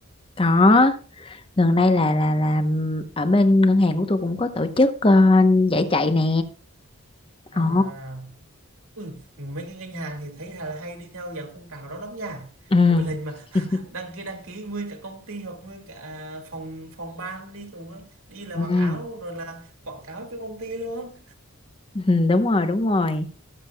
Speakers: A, on the left; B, on the right.
A: có gần đây là là là ừm, ở bên ngân hàng của tôi cũng có tổ chức ờ, giải chạy nè.
B: à
A: Ồ.
B: Ui, mấy cái ngân hàng thì thấy là hay đi theo dạng phong trào đó lắm nha
A: Ừ.
B: mỗi lần mà
A: <laughs>
B: đăng ký đăng ký nguyên cả công ty hoặc nguyên cả phòng phòng ban đi cùng ấy. đi là
A: Ừ.
B: mặc áo rồi là quảng cáo cho công ty luôn
A: Ừ, đúng rồi đúng rồi